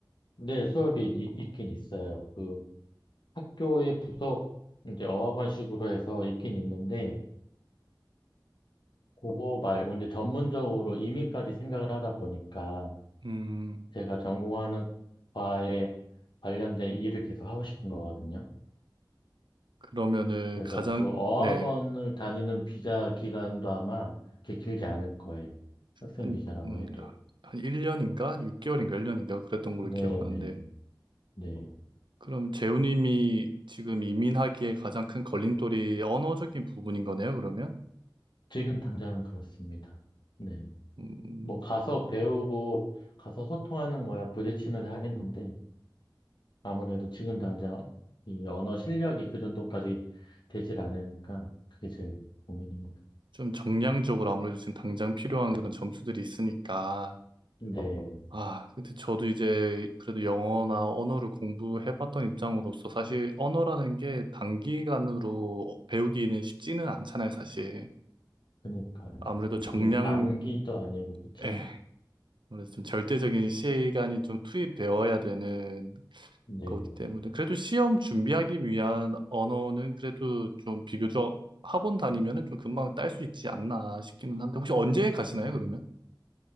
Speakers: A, on the left (about 70°); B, on the right (about 75°).
A: 네, 수업이 이- 있긴 있어요. 그 학교의 부속 이제 어학원식으로 해서 있긴 있는데, 그거 말고 이제 전문적으로 이민까지 생각을 하다 보니까
B: 음,
A: 제가 전공하는 과에 관련된 일을 계속 하고 싶은 거거든요.
B: 그러면은
A: 그래서
B: 가장,
A: 그 어학원을
B: 네,
A: 다니는 비자 기간도 아마 그렇게 길지 않을 거예요. 학생
B: 한,
A: 비자라고
B: 음,
A: 해도.
B: 아, 한 1년인가? 6개월인가? 1년인가? 그랬던 걸로
A: 네,
B: 기억하는데,
A: 네, 네.
B: 그럼 재우님이 지금 이민하기에 가장 큰 걸림돌이 언어적인 부분인 거네요, 그러면?
A: 지금 당장은 그렇습니다. 네.
B: 음,
A: 뭐 가서 배우고 가서 소통하는 거야 부딪히면서 하겠는데 아무래도 지금 당장 이 언어 실력이 그 정도까지 되질 않으니까 그게 제일 고민입니다.
B: 좀 정량적으로 아무래도 지금 당장 필요한 그런 점수들이 있으니까,
A: 네
B: 아, 근데 저도 이제 그래도 영어나 언어를 공부해봤던 입장으로서 사실 언어라는 게 단기간으로 배우기는 쉽지는 않잖아요, 사실.
A: 그러니까요.
B: 아무래도 정량,
A: 이게 암기도 아니고 그쵸?
B: 에, 아무래도 좀 절대적인 시간이 좀 투입되어야 되는
A: 네.
B: 거기 때문에 그래도 시험 준비하기 위한 언어는 그래도 좀 비교적 학원 다니면은 좀 금방 딸 수 있지 않나 싶기는 한데 혹시 언제 가시나요,
A: 음,
B: 그러면?